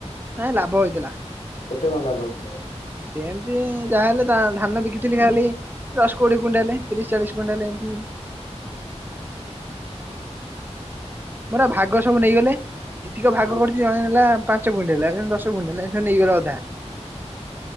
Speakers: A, on the right; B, on the left.
A: ନାଇଁ ଲାଭ ହେଇଥିଲା
B: କେତେ କଣ ଲାଭ ହେଇଥିଲା ହାତରେ?
A: ସେମିତି ଯାହାହଲେ ଧାନ ବିକିଥିଲି ଖାଲି ଦଶ କୋଡିଏ କୁଣ୍ଣ୍ଡାଲେ ତିରିଶ ଚାଳିଶ କୁଣ୍ଣ୍ଡାଲେ ଏମିତି
B: ଓ ହୋ।
A: ମୋର ଭାଗ ସବୁ ନେଇଗଲେ। ଟିକ ଭାଗ
B: ହଁ
A: କରିୁଛି ଜଣେ ନେଲା ପାଞ୍ଚ ପୁଣ୍ଣ୍ଡ ହେଲା ଜଣେ ଦଶ ପୁଣ୍ଣ୍ଡ ହେଲା ସେ ନେଇଗଲା ଅଧା